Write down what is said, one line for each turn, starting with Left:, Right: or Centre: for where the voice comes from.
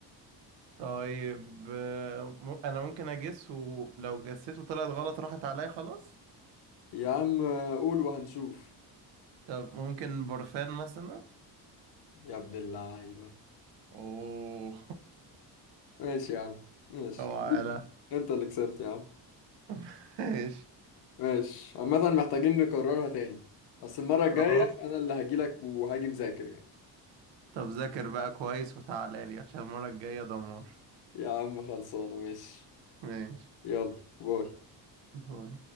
Right: طيب آه، م- انا ممكن اجس ولو جسيته طلعت غلط راحت عليا خلاص
Left: يا عم آه، قول وهنشوف
Right: طب ممكن برفان مثلا
Left: يا ابن اللعيبة
Right: اوه
Left: ماشي يا عم ماشي
Right: <laughs> اوعى
Left: حبيبي،
Right: لا
Left: انت اللي كسبت يا عم
Right: <laughs> ماشي
Left: ماشي عامة محتاجين نكررها تاني بس المرة الجاية
Right: خلاص
Left: أنا اللي هجيلك وهاجي مذاكر يعني
Right: طب ذاكر بقى كويس وتعالى لي عشان المرة الجاية دمار
Left: يا عم خلصانة ماشي
Right: ماشي
Left: يلا باي
Right: باي